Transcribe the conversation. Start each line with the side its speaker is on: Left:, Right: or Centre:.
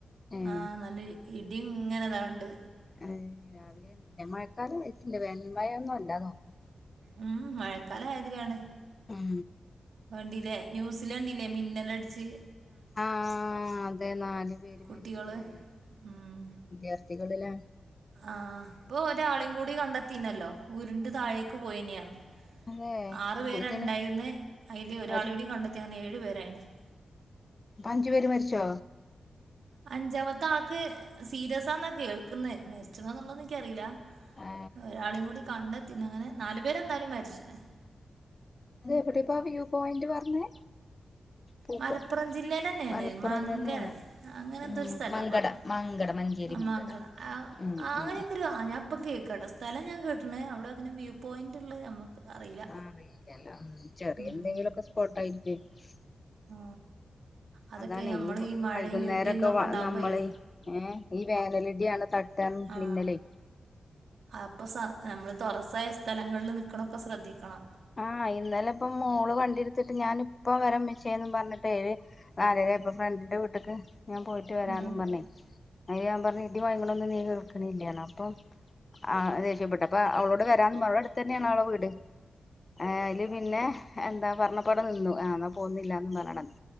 Left: ഏഹ്
Right: ആ നല്ല ഇടിങ്ങനെ താവ്ണ്ട്
Left: <unintelligible> മഴക്കാറു പോയി വെനൽമയൊന്നും അല്ല തോന്ന്
Right: ഉം മഴക്കാലാ ആയതിരിയാണ്
Left: ഉം
Right: കണ്ടില്ലേ ന്യൂസ് ലണ്ടില്ലേ മിന്നലട്ച്ച്
Left: ആ അതെ നാലു പേര്
Right: കുട്ടികള്
Left: മരിച്ചു ലെ
Right: ഉം
Left: <unintelligible> ട്ടികള് ല്ലേ
Right: ആ ഇപ്പൊ ഒരാളീം കൂടി കണ്ടെത്തിനല്ലോ ഉര്ണ്ട് താഴേക്ക് പോയിനീന്ന് പറഞ്
Left: അതെ
Right: ആറ് പേരുണ്ടായിന്ന്
Left: ഇതിന്
Right: അയ്ല് ഒരാളീം
Left: അവര്
Right: കൂടെ കണ്ടെത്തിയാ അങ്ങനെ ഏഴ് <unintelligible>
Left: അഞ്ചു പേര് മരിച്ചോ
Right: അഞ്ചാമത്തെ ആക്ക് സീരിയസാന്നാ കേൾക്കുന്നെ എന്നുള്ള എനിക്കറിയില്ല
Left: ആ
Right: ഒരാളും കൂടി കണ്ടത്തി പിന്നെ ങ്ങനെ നാലു പേരെന്തായാലും മരിച്ചണേ
Left: അത എവിടിപ്പാ വ്യൂ പോയിന്റ് പറഞ്ഞേ പൂക്ക
Right: മലപ്പുറം ജില്ലൽ തന്നെയാണ്
Left: മലപ്പുറം
Right: മംഗ
Left: തന്നെയാണ്
Right: അങ്ങനെ എന്തൊ
Left: ഉം
Right: ഒരു സ്ഥലാ
Left: മങ്കട
Right: പറഞ്ഞെ
Left: മങ്കട മഞ്ചേരി
Right: ആ
Left: മങ്കട
Right: മംഗള
Left: ഉം
Right: അങ്ങനെയൊക്കെ
Left: ഉം
Right: ഒരു ഞാപ്പൊ കേ ട സ്ഥലം ഞാൻ കേട്ടണ് അവിടെ അങ്ങനെ വ്യൂ പോയിന്റ് ഉള്ളത് നമുക്ക് അറിയില്ല
Left: ആറിയില്ലല്ലലോ ല്ല ചെറിയ
Right: ഉം.
Left: എന്തെങ്കിലുംക്കെ സ്പോട്ടായി <unintelligible>
Right: ഓ അതൊക്കെ
Left: അതാണെ
Right: നമ്മൾ
Left: ഈ ഈ
Right: മഴയും
Left: വൈകുന്നേരൊക്കെ
Right: ഇടിയും ഇതൊക്കെ
Left: വ
Right: ഉണ്ടാകുമ്പോഴേ
Left: നമ്മൾ ഏ ഈ വേനലിന്റെ ആാണ് തട്ടാൻ
Right: ആ
Left: മന്നലെ
Right: അപ്പോൾ സ നമ്മൾ തുറസായ സ്ഥലങ്ങളിൽ നിൽക്കണൊക്കെ ശ്രദ്ധിക്കണം
Left: ആഹ് ഇന്നലെ ഇപ്പ മോള് വ ണ്ടിടുത്തിട്ട് ഞാനിപ്പ പ്പ വര മിച്ചേന്ന് പറഞ്ഞിട്ടേര് നാലരയപ്പ ഫ്രണ്ടിന്റെ വീട്ടിലക്ക് ഞാൻ പോയിട്ട് വരാനന്ന്
Right: ഉം.
Left: പറഞ്ഞേ അ ഞാൻ പറഞ്ഞു ഇടി മുഴങ്ങുന്നതൊന്നും നീ കേൾക്കണല്ലാണ് അപ്പൊ ആ ദേഷ്യപ്പെട്ട് അപ്പൊ അവളോട് വരാൻ പറ അവടെ അടുത്ത് തന്നെയാണ് അവളുടെ വീട് ആ അല് പിന്നെ എന്താ പറപ്പോ അവിടെ നിന്നു എന്നാ പോകുന്നില്ല എന്ന് പറഞ്ഞ്